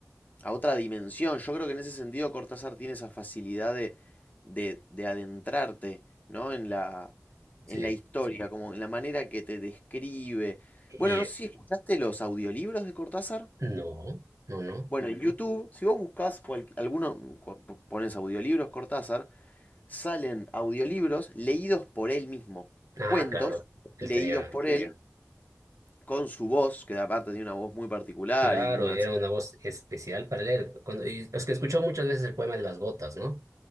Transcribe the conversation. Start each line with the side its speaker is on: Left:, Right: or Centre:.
Left: a otra dimensión. Yo creo que en ese sentido Cortázar tiene esa facilidad de, de, de adentrarte, ¿no? En la,
Right: sí.
Left: en la historia, Sí. como en la manera que te describe.
Right: Y
Left: Bueno, no
Right: eh,
Left: sé si Sí. escuchaste los audiolibros de Cortázar.
Right: no, no, no.
Left: Bueno, YouTube, si vos buscás cual- alguno, cu- pones audiolibros Cortázar, salen audiolibros leídos por él mismo, Qué,
Right: Ah,
Left: cuentos
Right: claro, él
Left: leídos
Right: tenía,
Left: qué por él con su voz, que aparte tiene una voz muy particular
Right: claro,
Left: y una...
Right: era una voz especial para leer. Cuando, y es que escuchó muchas veces el poema de las gotas, ¿no?